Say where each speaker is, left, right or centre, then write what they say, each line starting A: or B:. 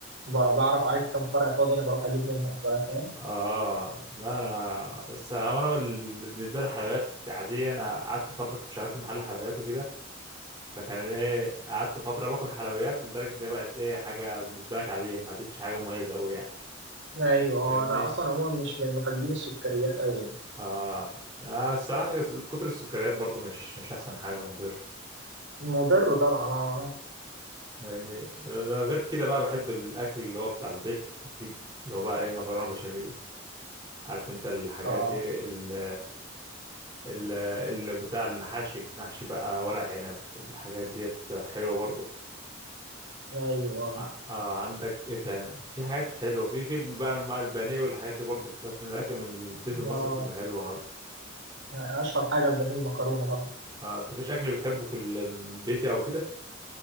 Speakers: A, on the right; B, on the right.
A: ب- بعرف عارف كم فرع فاضي انا بروح اجيب منهم فا- فاهم
B: آه لا أنا بس هو أنا وال- بالنسبة للحلويات عادية أنا قعدت فترة كنت شغال في محل حلويات وكده فكان إيه قعدت فترة باكل حلويات لدرجة إن هي بقت إيه حاجة بالنسبة لك عادية ما عدتش حاجة مميزة أوي يعني
A: ايوه آه،
B: فاهمني؟
A: انا اصلا عموما مش من محبين السكريات قوي يعني
B: آه. آه الصراحة كتر السكريات برضو مش مش أحسن حاجة مضر
A: مضر طبعا اه
B: يعني غير كده بقى بحب الأكل اللي هو بتاع البيت أكيد اللي هو بقى إيه مكرونة بشاميل عارف أنت الحاجات
A: اه
B: دي ال- ال- اللي بتاع المحاشي محشي بقى ورق عنب الحاجات ديت حلوة برضو
A: ايوه
B: آه آه، عندك إيه تاني في حاجات حلوة في فيلم بقى الم- البانيه والحاجات دي برضو بتاع من الأكل من البيت المصري
A: اه
B: بتبقى حلوة خالص
A: آه، اشهر حاجه البانيه المكرونه طبعا
B: آه أنت فيش أكل بتحبه في البيت أو كده؟